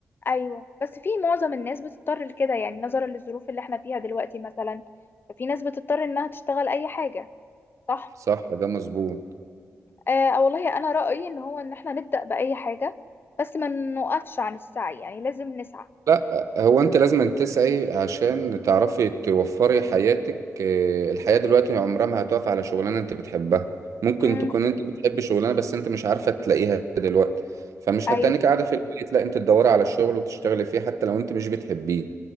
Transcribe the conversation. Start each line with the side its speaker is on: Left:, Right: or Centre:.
Left: ايوه بس في معظم الناس بتضطر لكده يعني نظرا للظروف اللي احنا فيها دلوقتي مثلا ففي ناس بتضطر انها تشتغل اي حاجه صح
Right: صح ده مظبوط
Left: آه والله انا رايي ان هو ان احنا نبدا باي حاجه بس ما نوقفش عن السعي يعني لازم نسعى
Right: لا هو أنت لازم تسعي عشان تعرفي توفري حياتك آه، الحياة دلوقتي عمرها ما هتقف على شغلانة أنت بتحبها ممكن
Left: امم
Right: تكون أنت بتحبي شغلانة بس أنت مش عارفة تلاقيها دلوقتي فمش
Left: ايوه
Right: هتتنك قاعدة في البيت لا أنت تدوري على الشغل وتشتغلي فيه حتى لو أنت مش بتحبيه